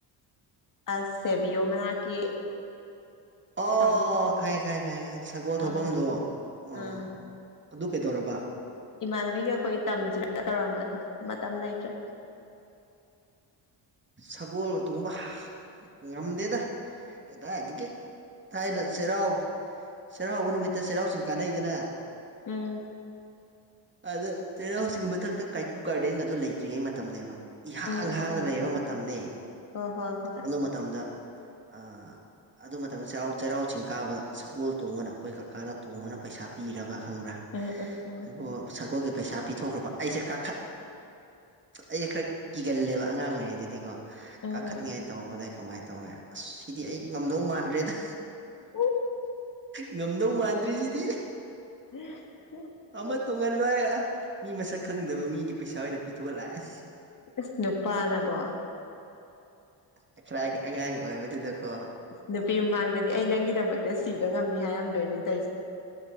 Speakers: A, on the left; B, on the right.
A: ꯑꯁ ꯁꯦꯕꯤꯌꯣ ꯃꯅꯥꯛꯀꯤ
B: ꯑꯣ
A: ꯁꯒꯣꯜ
B: ꯈꯪꯉꯦ ꯈꯪꯉꯦ ꯈꯪꯉꯦ ꯁꯒꯣꯜ ꯊꯧꯐꯝꯗꯣ
A: ꯑꯥ
B: ꯑꯣ
A: ꯑꯥ
B: ꯑꯗꯨ ꯀꯩꯗꯧꯔꯕ
A: ꯏꯃꯥꯟꯅꯕꯤꯒ ꯑꯩꯈꯣꯏ ꯇꯝꯁꯤꯔ ꯇꯧꯔꯝꯕꯅꯦ ꯃꯇꯝ ꯂꯩꯇ꯭ꯔꯦ
B: ꯁꯒꯣꯜꯒ ꯇꯣꯡꯕ <unintelligible> ꯉꯝꯗꯦꯗ ꯀꯗꯥꯏꯗꯒꯤ ꯊꯥꯏꯅ ꯆꯩꯔꯥꯎ ꯆꯩꯔꯥꯎꯕ ꯅꯨꯃꯤꯠꯇ ꯆꯩꯔꯥꯎꯆꯤꯡ ꯀꯥꯟꯅꯩꯗꯅ
A: ꯎꯝ
B: ꯑꯗ ꯆꯩꯔꯥꯎꯆꯤꯡ ꯃꯊꯛꯇ ꯀꯥꯏꯀꯨ ꯒꯥꯔꯗꯦꯟꯒꯗꯣ ꯂꯩꯇ꯭ꯔꯤꯉꯩ ꯃꯇꯝꯅꯦꯕ ꯏꯍꯥꯡ
A: ꯎꯝ ꯎꯝ
B: ꯍꯥꯡꯅ
A: ꯎꯝ
B: ꯂꯩꯕ ꯃꯇꯝꯅꯦ
A: ꯍꯣ ꯍꯣ ꯍꯣꯏ
B: ꯑꯗꯨ ꯃꯇꯝꯗ ꯑꯥ ꯑꯗꯨ ꯃꯇꯝꯗ ꯆꯩꯔꯥꯎ ꯆꯩꯔꯥꯎ ꯆꯤꯡ ꯀꯥꯕꯗ ꯁꯒꯣꯜ ꯇꯣꯡꯉ‌ꯣꯅ ꯑꯩꯈꯣꯏ ꯀꯀꯥꯅ ꯇꯣꯡꯉ‌ꯣꯅ ꯄꯩꯁꯥ ꯄꯤꯔꯕ ꯈꯪꯕ꯭ꯔꯥ
A: ꯎꯝ ꯎꯝ ꯎꯝ
B: ꯁꯒ‌ꯣꯜ ꯁꯒꯣꯜꯒꯤ ꯄꯩꯁꯥ ꯄꯤꯊꯣꯛꯈ꯭ꯔꯕ ꯑꯩꯁꯦ ꯀꯥꯈꯠ ꯑꯩ ꯈꯔ ꯀꯤꯒꯜꯂꯦꯕ ꯑꯉꯥꯡ ꯑꯣꯏꯔꯤꯉꯩꯗꯗꯤ
A: ꯎꯝ
B: ꯀꯥꯈꯠꯅꯤꯉꯥꯏ ꯇꯧꯕꯗ ꯑꯩ ꯀꯃꯥꯏ ꯇꯧꯋꯦ ꯑꯁ ꯁꯤꯗꯤ ꯑꯩ ꯉꯝꯗꯧ ꯃꯥꯟꯗ꯭ꯔꯦꯗ
A: ꯎꯝ
B: ꯉꯝꯗꯧ ꯃꯥꯟꯗ꯭ꯔ‌ꯦ ꯁꯤꯗꯤ
A: <unintelligible>
B: ꯑꯃ ꯇꯣꯡꯍꯜꯂꯣ ꯍꯥꯏꯔ ꯑ ꯃꯤ ꯃꯁꯛ ꯈꯪꯗꯕ ꯃꯤꯒꯤ ꯄꯩꯁꯥ ꯑꯣꯏꯅ ꯄꯤꯊꯣꯛꯑ ꯂꯥꯛꯑꯦ
A: ꯏꯁ ꯅꯨꯄꯥꯅꯕꯣ
B: ꯑ ꯈꯔꯒꯤ ꯑꯉꯥꯡ ꯑꯣꯏꯕꯗꯨꯗꯀꯣ
A: ꯅꯨꯄꯤ ꯃꯃꯥꯡꯗꯗꯤ ꯑꯩ ꯅꯪꯒꯤꯗꯃꯛꯇ ꯁꯤꯕ ꯉꯝꯅꯤ ꯍꯥꯏꯔꯝꯗꯣꯏꯅꯤ ꯇꯧꯏꯁꯦ